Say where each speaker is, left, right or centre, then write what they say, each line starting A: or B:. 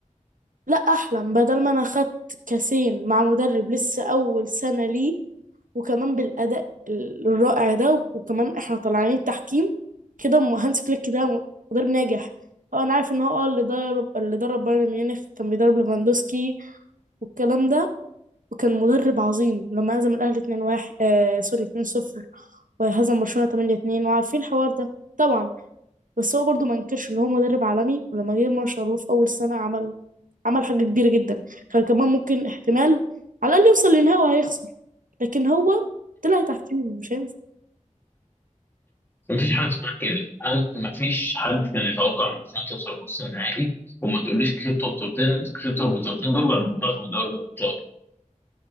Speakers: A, on the right; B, on the left.
A: لا احلم بدل ما انا خدت كاسين مع مدرب لسه اول سنة ليه وكمان بالأداء الرائع ده وكمان احنا طالعين تحكيم كده م- هانس فليك ده مدرب ناجح اه انا عارف ان هو اه اللي درب اللي درب بايرن ميونخ كان بيدرب ليفاندوسكي والكلام ده وكان مدرب عظيم لما هزم الاهلي 2-1 آه سوري 2-0 وهزم برشلونة 8-2 وعارفين الحوار ده طبعا بس هو برضو ما انكرش ان هو مدرب عالمي ولما جه ما شاء الله في اول سنة عمل عمل حاجة كبيرة جدا كان كمان ممكن احتمال على الاقل يوصل لنهائي وهيخسر لكن هو طلع تحكيم مش هينفع
B: مفيش حاجه اسمها كده أنا- مفيش حد كان يتوقع ان برشلونه توصل نص النهائي وما تقوليش كسبته بطولتين كسبته بطولتين دول بعد ما طلعت من دوري الابطال